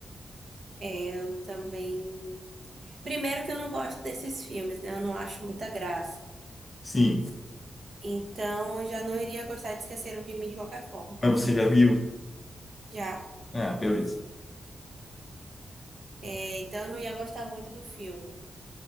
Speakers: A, on the right; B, on the left.
A: É, eu também. Primeiro que eu não gosto desses filmes, né? Eu não acho muita graça.
B: Sim,
A: Então eu já não iria gostar de Esqueceram de Mim de qualquer forma.
B: mas você já viu?
A: Já.
B: Ah, beleza.
A: É, então eu não ia gostar muito do filme.